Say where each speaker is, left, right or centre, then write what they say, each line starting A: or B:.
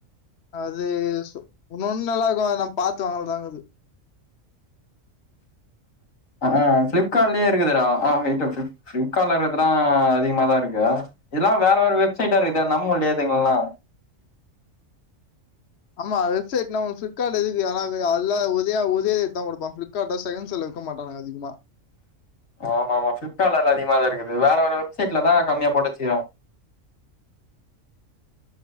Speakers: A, on the left; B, on the left.
A: அது சு இன்னொன்னு நல்லாருக்கு அது நம்ம பாத்துவாங்களதாங்கது <inaudible>
B: அ ஆ பிளிப்கார்ட்லயே இருக்குதுடா ஆ <unintelligible> பிளிப்கார்ட்ல இருக்குறதெல்லா அதிகமாதா இருக்கு இதெல்லா வேற வேற வெப்சைட்டா இருக்குது நம்ம இல்லையாதுங்கல்லா
A: ஆமா வெப்சைட்னா உ பிளிப்கார்ட் இருக்கு ஆன அதல்லா உதயா உதயா தா கொடுப்பா பிளிக்கார்ட்ல செகண்ட்ஸ்ல இருக்க மாட்டானுங்க அதிகமா
B: ஆமா ஆமா பிளிப்கார்ட்ல எல்லா அதிகமாதா இருக்குது வேற வேற வெப்சைடல தா கம்மியா போட்டு வச்சுக்குறா